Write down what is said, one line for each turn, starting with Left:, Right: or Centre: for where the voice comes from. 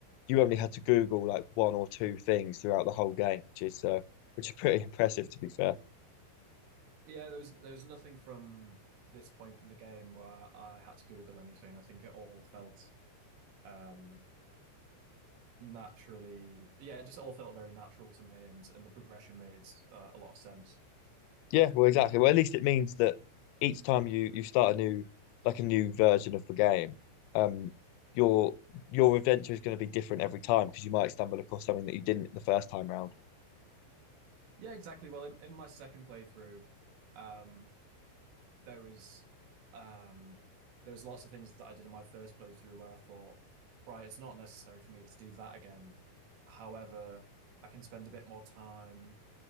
Left: you only had to Google like one or two things throughout the whole game, which is uh, which is pretty <laughs> impressive to be fair.
Right: Yeah, there was there was nothing from this point in the game where I had to Google anything. I think it all felt um, naturally, yeah, it just all felt very natural to me, and and the progression made uh, a lot of sense.
Left: Yeah, well, exactly. Well, at least it means that each time you you start a new like a new version of the game, um, your your adventure is going to be different every time because you might stumble across something that you didn't the first time round.
Right: Yeah, exactly. Well, in, in my second playthrough, um, there was um there was lots of things that I did in my first playthrough where I thought, right, it's not necessary for me to do that again. However, I can spend a bit more time